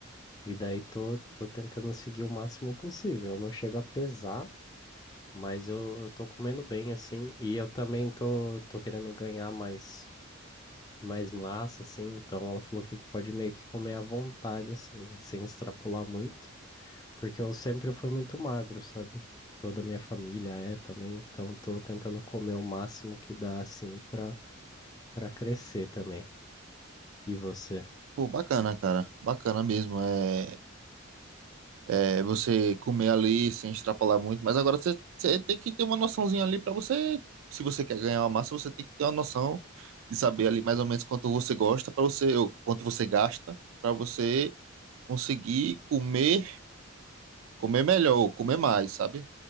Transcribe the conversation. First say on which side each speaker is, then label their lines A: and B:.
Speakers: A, on the left; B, on the right.
A: e daí tô, tô tentando seguir o máximo possível. Eu não chego a pesar, mas eu, eu tô comendo bem assim e eu também tô, tô querendo ganhar mais mais massa assim, então ela falou que pode meio que comer à vontade assim, né, sem extrapolar muito, porque eu sempre fui muito magro, sabe? Toda a minha família é também, então tô tentando comer o máximo que dá assim pra Pra crescer também. E você?
B: Pô, bacana, cara. Bacana mesmo. É, é você comer ali sem extrapolar muito, mas agora você, você tem que ter uma noçãozinha ali pra você. Se você quer ganhar uma massa, você tem que ter uma noção de saber ali mais ou menos quanto você gosta para você, ou quanto você gasta para você conseguir comer, comer melhor, ou comer mais, sabe?